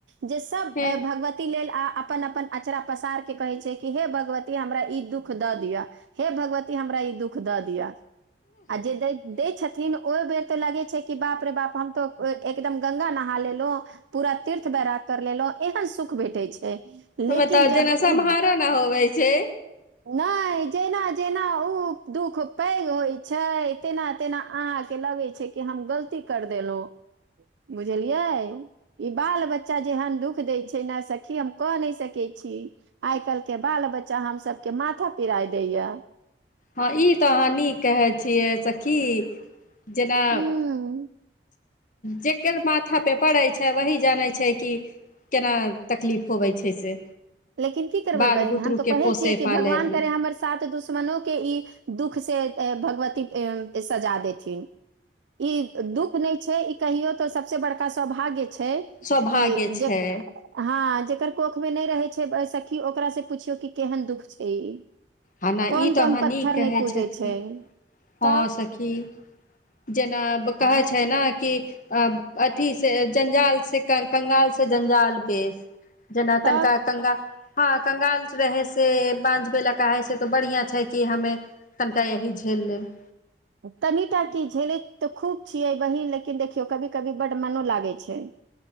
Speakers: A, on the right; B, on the left.
A: जे सब
B: हें
A: अ भगवती लेल आ अपन अपन अँचरा पसार के कहै छै कि हे भगवती हमरा ई दुःख दऽ दिअ, हे भगवती हमरा ई दुःख दऽ दिअ। आ जे दै दै छथिन, ओहि बेर तऽ लगै छै कि बाप रे बाप हम तऽ ओइ एकदम गङ्गा नहा लेलौं। पूरा तीर्थ बैराग कर लेलौं। एहन सुख भेटै छै। लेकिन
B: बताउ
A: जब
B: जेना
A: ओ
B: सम्हारो ना होवै छै।
A: नहि, जेना-जेना ऊ दुःख पैघ होइ छै, तेना-तेना अहाँके लगै छै कि हम गलती कर देलहुँ। बुझलियै? ई बाल-बच्चा जेहन दुःख दै छै ने सखी, हम कह नहि सकै छी। आइ काल्हिके बाल-बच्चा हमसभ के माथा पेराय दैए।
B: हँ, ई तऽ अहाँ नीक कहै छियै सखी। जेना
A: हूँ
B: जेकर माथा पे पड़ै छै, वही जानै छै कि केना तकलीफ होवै छै से।
A: लेकिन की करबै
B: बाल
A: बहिन।
B: बुतरूके
A: हम तऽ कहै
B: पोसे
A: छियै कि
B: पालयमे
A: भगवान करय हमर सात दुश्मनोके ई दुःखसे अ भगवती अ सजा देथिन। ई दुःख नहि छै। ई कहियौ तऽ सब से बड़का सौभाग्य छै। छै,
B: सौभाग्य
A: कि
B: छै
A: जक् हँ जक् कर कोखमे नहि रहै छै से ब् सखी ओकरा से पुछियौ कि केहन दुःख छै ई।
B: हना
A: कोन
B: ई तऽ
A: कोन
B: अहाँ
A: पत्थर
B: निक कहै
A: नहि पूजै
B: छथिन
A: छै
B: हँ
A: तब
B: सखी। जेना कहै
A: आँ
B: छैय नै कि अ अथी से जंजाल से कंगाल से जंजाल बेस। जेना
A: तब
B: तनका कंगा हँ, कंगाल रहै से बाँझ बेलक कहाइसे तऽ बढ़िआँ छै कि हमे कनि टा येही झेल लेब।
A: तनिटा की झेलैत तऽ खूब छियै बहीन लेकिन देखियौ कभी कभी बड मनो लागै छैय।